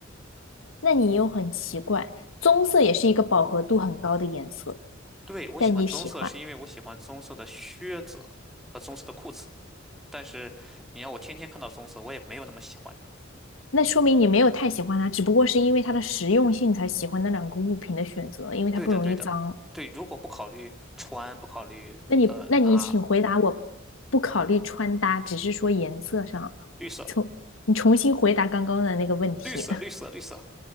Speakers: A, on the left; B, in the centre.
A: 那你又很奇怪，棕色也是一个饱和度很高的颜色，
B: 对，我喜欢棕色，
A: 但你喜欢，
B: 是因为我喜欢棕色的靴子和棕色的裤子。但是你让我天天看到棕色，我也没有那么喜欢。
A: 那说明你没有太喜欢它，只不过是因为它的实用性才喜欢那两个物品的选择，因为它不容易脏。
B: 对的，对的，对。如果不考虑穿，不考虑呃拿
A: 那你，那你请回答我，不考虑穿搭，只是说颜色上，
B: 绿色、
A: 重你重新回答刚刚的那个问题。
B: 绿色、
A: <laughs>
B: 绿色、绿色、